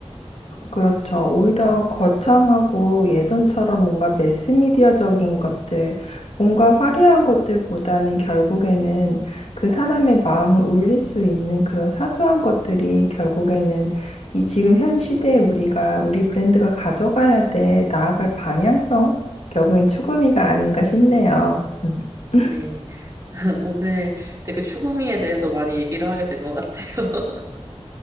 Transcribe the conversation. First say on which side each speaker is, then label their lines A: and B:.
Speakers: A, on the left; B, on the right.
A: 그렇죠. 오히려
B: 음,
A: 거창하고 예전처럼 뭔가 매스미디어적인 것들, 뭔가 화려한 것들보다는 결국에는 그 사람의 마음을
B: 네.
A: 울릴 수 있는 그런 사소한 것들이 결국에는 이 지금 현 시대에 우리가 우리 브랜드가 가져가야 될 나아갈 방향성, 결국엔 추구미가 아닌가 싶네요. <laughs>
B: 네. <laughs> 오늘 되게 추구미에 대해서 많이 얘기를 하게 된 것 같아요. <laughs>